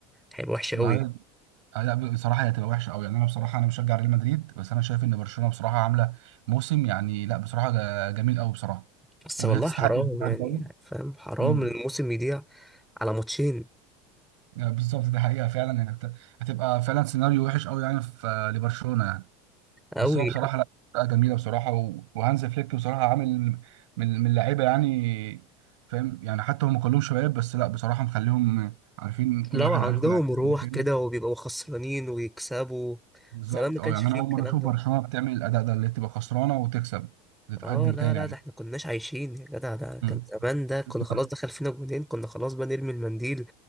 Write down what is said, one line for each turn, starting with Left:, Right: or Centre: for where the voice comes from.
Centre: هيبقى وحش
Right: ما
Centre: قوي
Right: هي آه لا بصراحه هي هتبقى وحشه قوي يعني انا بصراحه انا مشجع ريال مدريد بس انا شايف ان برشلونه بصراحه عامله موسم يعني لا بصراحه جا- جميل قوي بصراحه
Centre: بس
Right: وهي
Centre: والله
Right: تستحق
Centre: حرام
Right: بصراحة
Centre: يعني
Right: الدوري
Centre: فاهم حرام
Right: مم.
Centre: ان الموسم يضيع على ماتشين
Right: آه، بالظبط دي حقيقة فعلا يعني هت- هتبقى فعلا سيناريو وحش قوي يعني في آه، لبرشلونة يعني
Centre: قوي
Right: بس هو بصراحة لا فرقة جميلة بصراحة و- وهانز فليك بصراحة عامل من من لعيبة يعني فاهم يعني حتى هم كلهم شباب بس لا بصراحة مخليهم عارفين كل
Centre: لو
Right: واحد
Centre: عندهم
Right: عارف م- مكانه
Centre: روح كده وبيبقوا خسرانين ويكسبوا
Right: بالظبط
Centre: زمان ما كانش
Right: اه يعني
Centre: فيه
Right: انا
Centre: الكلام
Right: اول مرة اشوف
Centre: ده
Right: برشلونة بتعمل الاداء ده اللي تبقى خسرانة وتكسب تتقدم
Centre: اه لا
Right: تاني
Centre: لا
Right: يعني
Centre: ده احنا كناش عايشين يا جدع ده
Right: مم.
Centre: كان <laughs> زمان ده كنا
Right: <laughs>
Centre: خلاص دخل فينا جونين كنا خلاص بقى نرمي المنديل